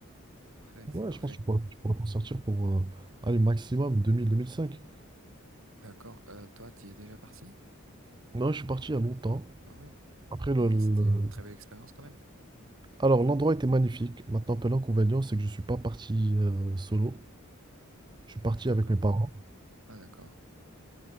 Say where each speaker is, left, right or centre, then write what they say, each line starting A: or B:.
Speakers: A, on the right; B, on the right.
A: C'est parfait, c'est
B: Ouais,
A: parfait.
B: je pense que tu pourras, tu pourras t'en sortir pour. euh, allez, maximum deux mille deux mille cinq
A: D'accord. Euh, toi, tu es déjà parti?
B: Non, je suis parti il y a longtemps.
A: Ah ouais.
B: Après, le,
A: Et
B: le-
A: c'était une très belle expérience quand même?
B: Alors, l'endroit était magnifique. Maintenant, peu l'inconvénient, c'est que je suis pas parti euh, solo. Je suis parti
A: D'accord.
B: avec mes parents.
A: Ah d'accord.